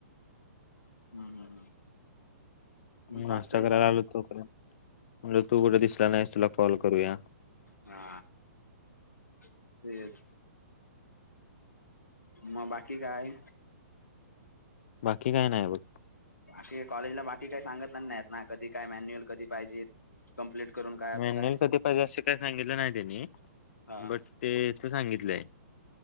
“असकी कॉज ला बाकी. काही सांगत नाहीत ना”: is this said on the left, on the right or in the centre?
Left